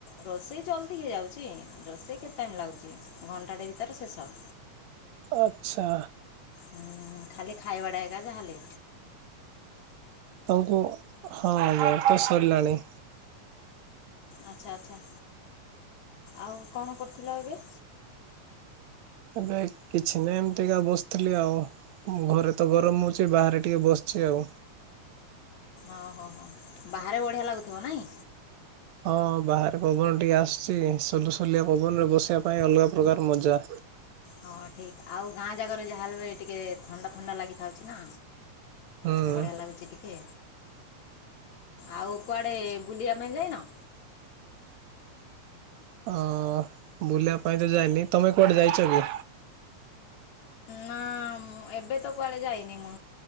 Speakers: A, on the left; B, on the right.
A: ରୋଷେଇ ଜଲ୍ଦି ହେଇଯାଉଛି ରୋଷେଇ କେତେ ଟାଇମ ଲାଗୁଛି ଘଣ୍ଟାଟେ ଭିତରେ ଶେଷ।
B: ଆଚ୍ଛା
A: ହ ଖାଲି ଖାଇବାଟା ଏକା ତାହାଲେ
B: ତାଙ୍କୁ ହଁ ମୋର ତ ସରିଲାଣି।
A: ଆଚ୍ଛା ଆଚ୍ଛା ଆଉ କଣ କରୁଥିଲ ଏବେ?
B: ଏବେ କିଛି ନାହିଁ ଏମିତିକା ବସିଥିଲି ଆଉ। ମୁଁ ଘରେ ତ ଗରମ ହଉଛି ବାହାରେ ଟିକେ ବସିଛି ଆଉ।
A: ଓହୋ ହୋ ବାହାରେ ବଢ଼ିଆ ଲାଗୁଥିବ ନାଇଁ।
B: ହଁ ବାହାରେ ପବନ ଟିକେ ଆସୁଛି ସଲୁସଲିଆ ପବନ ରେ ବସିବା ପାଇଁ ଅଲଗା ପ୍ରକାର ମଜା।
A: ହଁ ଠିକ୍ ଆଉ ଗାଁ ଜାଗାରେ ଯାହା ବି ଏବେ ଥଣ୍ତା ଥଣ୍ତା ଲାଗିତେ ଅଛି ନାଁ।
B: ହୁଁ
A: ବଢ଼ିଆ ଲାଗୁଛି ଟିକେ। ଆଉ କୁଆଡେ ବୁଲିବା ପାଇଁ ଯାଇନ?
B: ହଁ ବୁଲିବା ପାଇଁ ତ ଯାଇନି ତମେ କୁଆଡ଼େ ଯାଇଛ କି?
A: ନା ମୁଁ ଏବେ ତ କୁଆଡ଼େ ଯାଇନି ମୁଁ